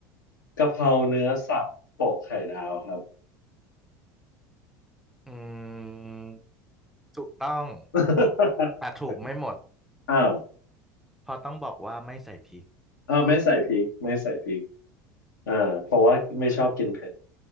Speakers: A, on the left; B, in the centre.
A: กะเพราเนื้อสับโปะไข่ดาวครับ
B: อืมถูกต้อง
A: <laughs>
B: แต่ถูกไม่หมด
A: อ้าว
B: เพราะต้องบอกว่าไม่ใส่พริก
A: อ้าวไม่ใส่พริกไม่ใส่พริกอ่าเพราะว่าไม่ชอบกินเผ็ด